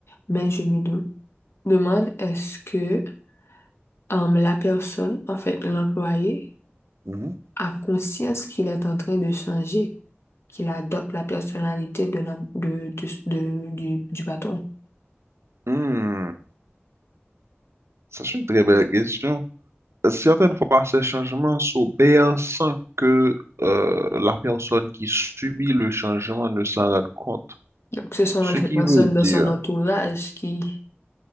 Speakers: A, on the left; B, on the right.
A: mais je me dem- demande, est-ce que euh, la personne, en fait, l'employé,
B: mhm, mhm.
A: a conscience qu'il est en train de changer, qu'il adopte la personnalité de l'em- de, de- de- du, du patron.
B: Hmm, Ça, c'est une très belle question. Certaines fois, ces changements s'opèrent sans que euh, la personne qui subit le changement ne s'en rende compte.
A: Donc, ce sont
B: Ce
A: les
B: qui
A: personnes
B: veut dire,
A: dans son entourage qui